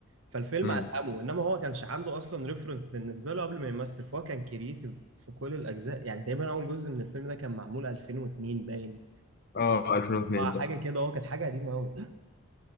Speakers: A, on the right (about 65°); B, on the left (about 45°).
A: فالفيلم
B: امم
A: ألهمه إنما هو كانش عنده أصلا ريفرنس بالنسبة له قبل ما يمثل فهو كان كرييتيف في كل الأجزاء يعني تقريبا أول جزء من الفيلم ده كان معمول 2002 باين
B: اه 2002
A: آه،
B: طب
A: حاجة كده هو كانت حاجة قديمة أوي